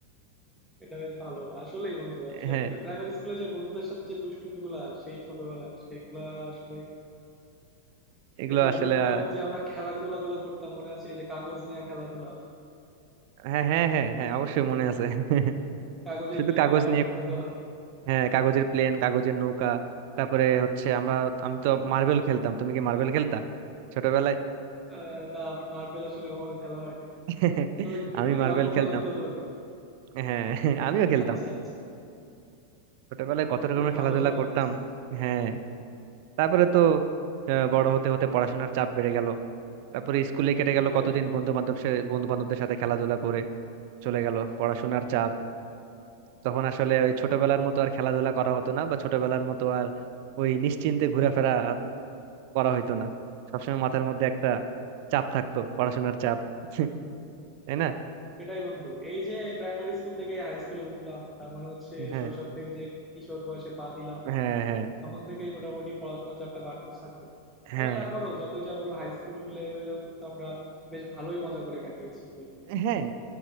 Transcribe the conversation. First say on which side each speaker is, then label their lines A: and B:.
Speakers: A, in the centre; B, on the right.
A: এটা বেশ ভালো আসলেই বন্ধু আসলে
B: হ্যাঁ
A: প্রাইমারি স্কুলে যে বন্ধুদের সাথে যে দুষ্টুমি গুলা সেই ছোটবেলার সেইগুলা আসলে
B: এগুলো
A: এছাড়া
B: আসলে
A: বিভিন্ন
B: আহ,
A: রকম যে আমরা খেলাধুলা গুলা করতাম মনে আছে এই যে কাগজ নিয়ে খেলাধুলা
B: হ্যাঁ হ্যাঁ হ্যাঁ হ্যাঁ অবশ্যই মনে আছে <laughs>
A: কাগজের
B: শুধু
A: প্লেন
B: কাগজ
A: বানানো
B: নিয়ে
A: নৌকা বানানো
B: হ্যাঁ কাগজের প্লেন কাগজের নৌকা তারপরে হচ্ছে আমরা আমি তো মার্বেল খেলতাম তুমি কি মার্বেল খেলতা ছোটবেলায়
A: আ না আমি মার্বেল আসলে কখনো খেলা হয় নাই।
B: <laughs>
A: তবে বিভিন্ন
B: আমি মার্বেল
A: গ্রাম্য
B: খেলতাম
A: খেলাধুলাগুলো করতাম।
B: হ্যাঁ <laughs> আমিও খেলতাম
A: আচ্ছা, আচ্ছা।
B: ছোটবেলায় কত রকমের
A: বেশ ভালো
B: খেলাধুলা
A: সময়
B: করতাম
A: কাটছে।
B: হ্যাঁ তারপরে তো আহ, বড় হতে হতে পড়াশোনার চাপ বেড়ে গেল তারপরে স্কুলে কেটে
A: সেটাই,
B: গেল কতদিন বন্ধু বান্ধব বন্ধু বান্ধবদের সাথে খেলাধুলা করে চলে গেল পড়াশোনার চাপ তখন আসলে ওই ছোটবেলার মতো আর খেলাধুলা করা হতো না বা ছোটবেলার মতো আর ওই নিশ্চিন্তে ঘোরাফেরা আর করা হইতো না সবসময় মাথার মধ্যে একটা চাপ থাকতো পড়াশোনার চাপ <laughs> তাই না
A: সেটাই বন্ধু। এই যে প্রাইমারি স্কুল থেকে হাই স্কুলে উঠলাম, তার মানে হচ্ছে
B: হ্যাঁ
A: শৈশব থেকে যে কিশোর বয়সে পা দিলাম,
B: হ্যাঁ হ্যাঁ
A: তখন থেকেই মোটামুটি পড়াশোনার চাপটা বাড়তে থাকলো।
B: হ্যাঁ
A: তবে তারপরেও যতই যা বলো হাই স্কুল লেভেলেও কিন্তু আমরা বেশ ভালোই মজা করে কাটিয়েছি দুজন।
B: হ্যাঁ